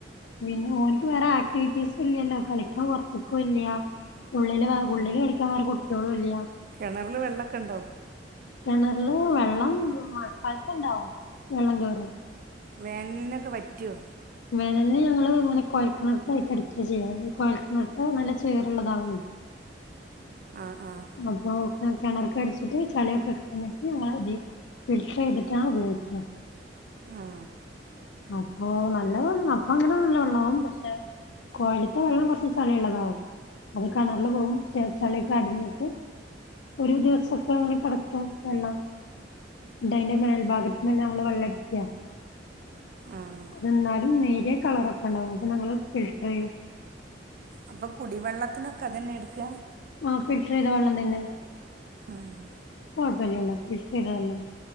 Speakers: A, on the left; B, on the right.
A: പിന്നെ ഓൽക്ക് വേറെ ആക്ടിവിറ്റീസ് ഇല്ലല്ലോ കളിക്കാൻ പൊറത്ത്ക്കും ഇല്ല ഉള്ളില് വേ ഉള്ളില് കളിക്കാൻ വേറെ കുട്ടികളും ഇല്ല
B: കെണറില് വെള്ളൊക്കെണ്ടോ
A: കെണറില് വെള്ളം മഴക്കാലത്ത് ഇണ്ടാവും വെള്ളം കേറും
B: വേനല്നൊക്കെ വറ്റോ
A: വേനലിന് ഞങ്ങള് ഇങ്ങനെ കൊഴൽക്കിണർക്കായിട്ട് അടിക്കാ ചെയ്യ കൊഴൽക്കിണർത്തെ നല്ല ചേറുള്ളതാവോയ്
B: ആഹ്‌ ആഹ്‌
A: അപ്പൊ ക്കെ കെണർക്ക് അടിച്ചിട്ട് ചളിയൊക്കെ കളഞ്ഞിട്ട് ഞങ്ങളെ ഇതി ഫിൽട്ടർ ചെയ്തിട്ടാ ഉപയോഗിക്ക
B: ആഹ്‌
A: അപ്പൊ നല്ലവെള്ളാ അപ്പൊ അങ്ങനെ നല്ല വെള്ളാവും പക്ഷെ കൊഴല്ത്തെ വെള്ളം കൊറച്ച് ചളി ഉള്ളതാവും അത് കെണറില് പോവും ചെ ചളിയൊക്കെ അടിഞ്ഞിട്ട് ഒരു ദിവസൊക്കെ അങ്ങനെ കെടക്കും വെള്ളം എന്നിട്ട് അയ്ന്റെ മേൽഭാഗത്ത് നിന്നല്ലേ നമ്മള് വെള്ളടിക്കാ
B: ആഹ്‌
A: എന്നാലും നേരിയ കളറൊക്കെ ണ്ടാവും അപ്പൊ നമ്മള് ഫിൽട്ടർ ചെയ്യും
B: അപ്പൊ കുടിവെള്ളത്തിനൊക്കെ അതന്നെ എടുക്ക
A: ആഹ്‌ ഫിൽറ്റർ ചെയ്ത വെള്ളം തന്നെ
B: ആഹ്‌
A: അപ്പൊ കൊഴപ്പല്ലല്ലോ ഫിൽറ്ററ് ചെയ്തതല്ലേ